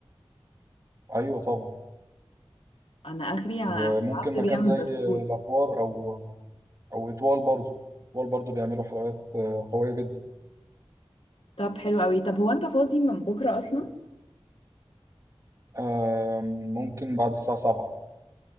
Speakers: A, on the right (about 35°); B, on the left (about 70°).
A: أيوة طبعا
B: انا اخري ع-
A: وممكن
B: العبد
A: مكان
B: بيعمل
A: زي
B: بسكوت
A: الأحوار أو أو إطوال برضه إطوال برضه بيعملوا حلقات آه، قوية جدا
B: طب حلو قوي طب هو انت فاضي من بكرة اصلا
A: آم، ممكن بعد الساعة سبعة